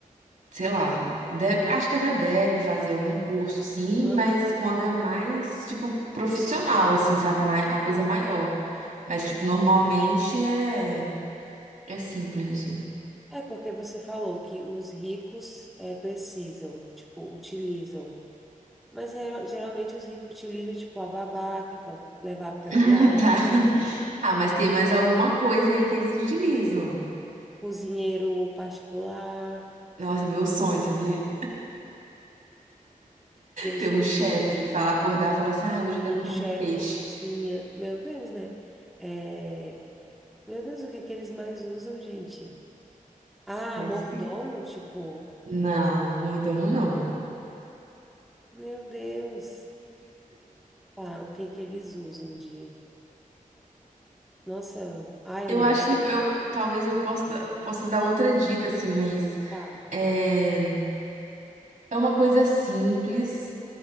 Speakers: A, on the right; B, in the centre.
A: sei lá, deve- acho que até devem fazer algum curso, assim,
B: Aham.
A: mas quando é mais, tipo, profissional, assim, sabe? Mai- Uma coisa maior. Mas, tipo, normalmente é, é simples, assim.
B: É porque você falou que os ricos é, precisam, tipo, utilizam. Mas é, geralmente os ricos utilizam, tipo, a babá, que é para levar para
A: <laughs>
B: viagem,
A: Ah Tá. Ah, mas tem mais alguma coisa aí que eles utilizam.
B: cozinheiro particular,
A: Nossa, meu sonho, sabia?
B: deixa
A: Ter um
B: eu
A: chefe,
B: ver,
A: falar, acordar, falar assim, ah, hoje eu quero
B: tem um
A: comer
B: chefe
A: um peixe.
B: de cozinha. Meu Deus, né? É, Meu Deus, o que é que eles mais usam, gente? Ah,
A: Pensa
B: mordomo,
A: aí.
B: tipo,
A: Não, mordomo não.
B: meu Deus. Tá, o que é que eles usam de... Nossa, ah, eu
A: Eu
B: não
A: acho
B: sei,
A: que eu, talvez eu possa, possa dar outra dica, assim, mas
B: tá.
A: é, é uma coisa simples,